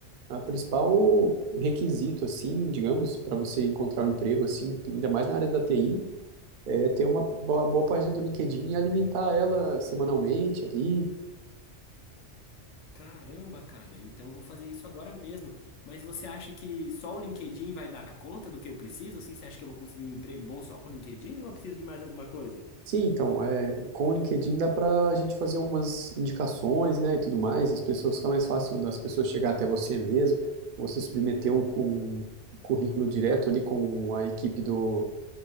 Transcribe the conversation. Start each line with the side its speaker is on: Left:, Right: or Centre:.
Right: é a principal requisito, assim, digamos, para você encontrar um emprego, assim, ainda mais na área da TI. é, ter uma boa, boa página do LinkedIn e alimentar ela semanalmente ali.
Left: Caramba, cara, então eu vou fazer isso agora mesmo. Mas você acha que só o LinkedIn vai dar conta do que eu preciso? Assim, você acha que eu vou conseguir um emprego bom só com o LinkedIn ou eu preciso de mais alguma coisa?
Right: Sim, então, é, com o LinkedIn dá para a gente fazer algumas indicações, né, e tudo mais, e as pessoas fica mais fácil das pessoas chegar até você mesmo, ou você submeter um, com, um currículo direto ali com a equipe do,